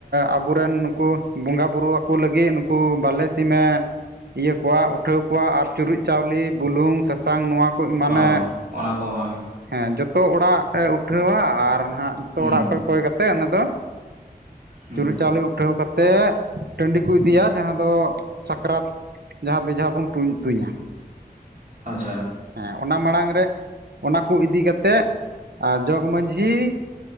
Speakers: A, on the right; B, on the right.
A: ᱟᱵᱚᱨᱮᱱ ᱱᱩᱠᱩ ᱵᱚᱸᱜᱟ ᱵᱩᱨᱩᱣᱟ ᱠᱩ ᱞᱟᱹᱜᱤᱫ ᱱᱩᱠᱩ ᱵᱟᱞᱮ ᱥᱤᱢᱮ ᱤᱭᱟᱹ ᱠᱚᱣᱟ ᱩᱴᱷᱟᱹᱣ ᱠᱚᱣᱟ ᱟᱨ ᱪᱩᱨᱩᱡ ᱪᱟᱣᱞᱮ ᱵᱩᱞᱩᱝ ᱥᱟᱥᱟᱝ ᱱᱚᱣᱟ ᱢᱟᱱᱮ
B: ᱦᱳᱭ ᱚᱱᱟ ᱠᱚ ᱦᱳᱭ
A: ᱦᱮᱸ ᱡᱚᱛᱚ ᱚᱲᱟᱜ ᱮ ᱩᱴᱷᱟᱹᱣᱟ ᱟᱨ ᱦᱟᱸᱜ ᱡᱚᱛᱚ
B: ᱦᱩᱸ
A: ᱚᱲᱟᱜ ᱠᱷᱚᱱ ᱠᱚᱭ ᱠᱟᱛᱮ ᱚᱱᱟ ᱫᱚ
B: ᱦᱩᱸ
A: ᱪᱩᱨᱩᱡ ᱪᱟᱣᱞᱮ ᱩᱴᱷᱟᱹᱣ ᱠᱟᱛᱮ ᱛᱮ ᱴᱟᱺᱰᱤ ᱠᱚ ᱤᱫᱤᱭᱟ ᱡᱟᱦᱟᱸ ᱫᱚ ᱥᱟᱠᱨᱟᱛ ᱡᱟᱦᱟᱸ ᱵᱮᱡᱟ ᱵᱚᱱ ᱛᱩᱧᱟ
B: ᱟᱪᱪᱷᱟ
A: ᱦᱮᱸ ᱚᱱᱟ ᱢᱟᱲᱟᱝ ᱨᱮ ᱚᱱᱟ ᱠᱚ ᱤᱫᱤ ᱠᱟᱛᱮ ᱡᱚᱜᱽ ᱢᱟᱺᱡᱷᱤ